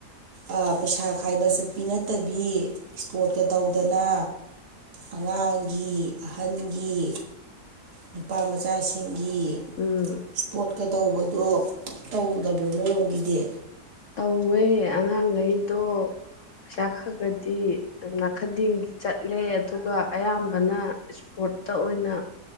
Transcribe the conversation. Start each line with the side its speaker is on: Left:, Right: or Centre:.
Right: ꯑ ꯄꯩꯁꯥ ꯈꯥꯏꯕ ꯆꯠꯄꯤ ꯅꯠꯇꯕꯤ ꯁ꯭ꯄꯣꯔꯠꯀ ꯇꯧꯗꯅ ꯑꯉꯥꯡꯒꯤ ꯑꯍꯟꯒꯤ ꯅꯨꯄꯥ ꯃꯆꯥꯁꯤꯡ ꯒꯤ
Left: ꯎꯝ
Right: ꯁ꯭ꯄꯣꯔꯠ ꯇꯧꯕꯗꯣ ꯇꯧꯗꯕ꯭ꯔꯣ ꯅꯣꯏꯔꯣꯝꯒꯤꯗꯤ
Left: ꯇꯧꯋꯦ ꯑꯉꯥꯡꯒꯩꯗꯣ ꯄꯩꯁꯥ ꯈꯒꯗꯤ ꯅꯥꯈꯗꯦꯡꯒꯤ ꯆꯠꯂꯦ ꯑꯗꯨꯒ ꯑꯌꯥꯝꯕꯅ ꯏꯁꯄꯣꯔꯠꯇ ꯑꯣꯏꯅ